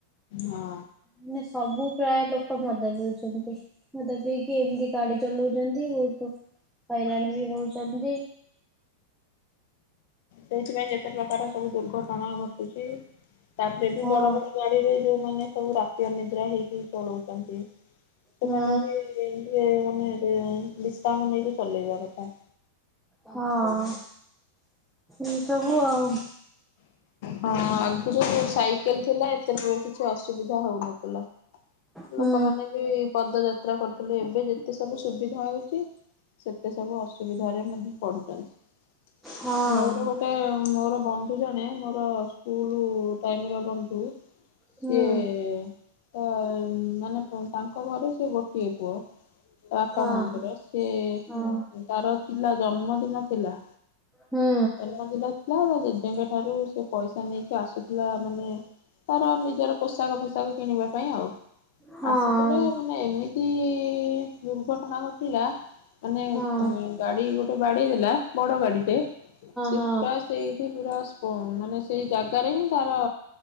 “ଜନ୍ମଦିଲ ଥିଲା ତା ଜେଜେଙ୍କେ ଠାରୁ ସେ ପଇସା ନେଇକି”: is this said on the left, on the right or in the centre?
Left